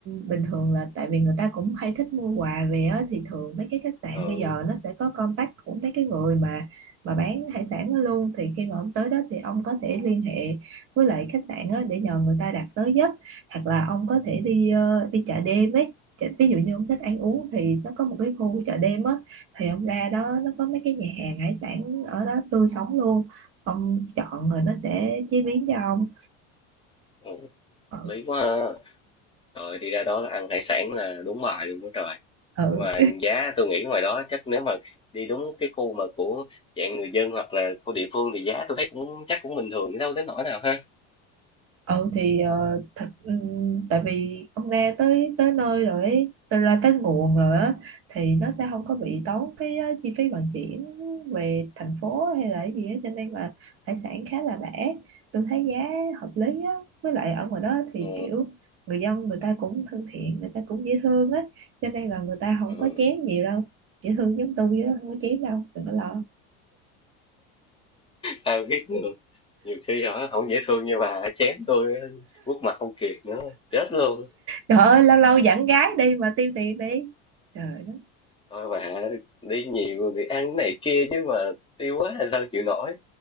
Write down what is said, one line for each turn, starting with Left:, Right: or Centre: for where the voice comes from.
Right: bình thường là tại vì người ta cũng hay thích mua quà về á thì thường mấy cái khách sạn
Left: ừ,
Right: bây giờ nó sẽ có contact của mấy cái người mà mà bán hải sản đó luôn thì khi mà ông tới đó thì ông có thể liên hệ với lại khách sạn á để nhờ người ta đặt tới giúp hoặc là ông có thể đi ờ, đi chợ đêm ấy Chợ- ví dụ như ông thích ăn uống thì nó có một cái khu chợ đêm á thì ông ra đó nó có mấy cái nhà hàng hải sản ở đó tươi sống luôn ông chọn rồi nó sẽ chế biến cho ông
Left: ừ
Right: Ờ,
Left: hợp lý quá ha Trời, đi ra đó là ăn hải sản là đúng bài luôn đó trời.
Right: ừ,
Left: Nhưng mà giá tôi nghĩ ngoài đó chắc nếu mà đi đúng cái khu mà của dạng người dân hoặc là khu địa phương thì giá tôi thấy cũng chắc cũng bình thường đâu đến nỗi nào ha.
Right: ừ thì ờ, thật ừ, tại vì ông ra tới tới nơi rồi ấy, tới ra tới nguồn rồi á thì nó sẽ không có bị tốn cái ờ, chi phí vận chuyển về thành phố hay là cái gì á cho nên là hải sản khá là rẻ tôi thấy giá hợp lý á với lại ở ngoài đó thì
Left: Ừ,
Right: kiểu người dân người ta cũng thân thiện người ta cũng dễ thương á cho nên là người ta không
Left: ừ.
Right: có chém nhiều đâu dễ thương giống tôi chứ không có chém đâu đừng có lo
Left: Ai biết được. Nhiều khi họ không dễ thương như bà chém tôi quốc mặt không kịp nữa, chết luôn.
Right: Trời ơi, lâu lâu dẫn gái đi mà tiêu tiền đi. Trời đất.
Left: Thôi bà đi nhiều thì ăn cái này kia chứ mà tiêu quá là sao chịu nổi.